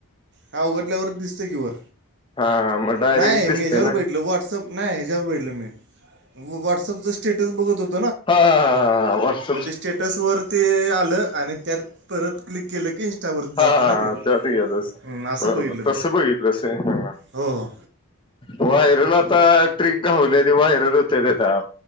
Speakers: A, on the right (about 55°); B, on the left (about 25°).
A: हा उघडल्यावरच दिसते की वर
B: हा मग डायरेक्ट
A: नाही
B: दिसते
A: मी ह्याच्यावर
B: ना
A: बघितलं व्हॉट्सअप नाही ह्याच्यावर बघितलं मी व्हॉट्सअपचं स्टेटस बघत होत
B: हा हा हा ह
A: म्हणजे स्टेटसवरर ते आलं आणि त्यात परत क्लिक केलं की इंस्टावर जातं
B: हा हा
A: ना
B: हा
A: ते
B: चालतंय कि
A: हम्म, असं
B: बर
A: बघितलं
B: बर तस
A: ते
B: बघितलास होय.. हा
A: हो हो
B: हा व्हायरल आता ट्रिक घावल्या ती व्हायरल होत्या ती आता